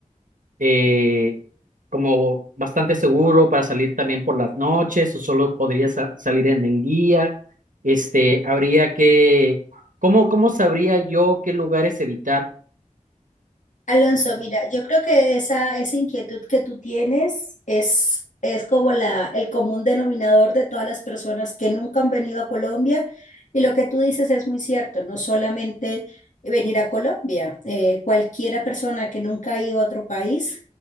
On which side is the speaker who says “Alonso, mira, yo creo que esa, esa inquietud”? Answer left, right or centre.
Left